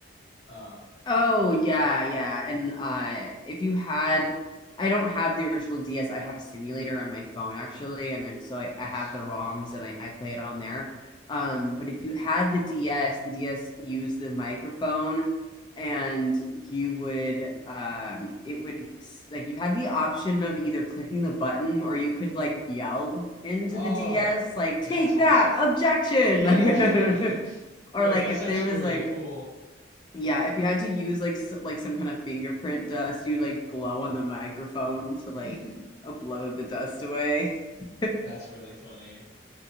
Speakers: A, on the left; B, on the left.
A: Um,
B: Oh yeah, yeah. And uh if you had I don't have the original DS. I have a simulator on my phone actually, and I'm so I,
A: nice.
B: I have the ROMs and I, I play it on there. Um, but if you had the DS, the DS used the microphone and you would um it would like you had the option of either clicking the button or you could like yell into
A: Oh,
B: the DS like take
A: that's awesome.
B: that objection
A: Yeah.
B: <laughs> like
A: <laughs>
B: <laughs> or
A: Wait,
B: like
A: that's
B: if
A: actually
B: there was
A: really
B: like
A: cool.
B: yeah, if you had to use like s like some kind of fingerprint dust, you'd like blow on the microphone to
A: <laughs>
B: like uh, blow the dust away. <laughs>
A: That's really funny.